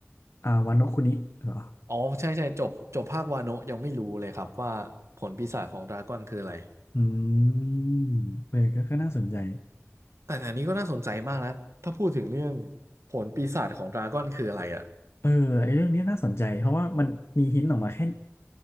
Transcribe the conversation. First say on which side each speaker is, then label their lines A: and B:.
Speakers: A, on the left (about 65°); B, on the right (about 85°).
A: อ่าวานโนะคุนิเหรอ
B: อ๋อใช่ใช่จบจบภาควาโนะยังไม่รู้เลยครับว่าผลปีศาจของดราก้อนคืออะไร
A: อืมเออก็ก็น่าสนใจ
B: แต่อันนี้ก็น่าสนใจมากนะถ้าพูดถึงเรื่องผลปีศาจของดราก้อนคืออะไรอะ
A: เออไอ้เรื่องนี้น่าสนใจ เพราะว่ามันมีหินออกมาแค่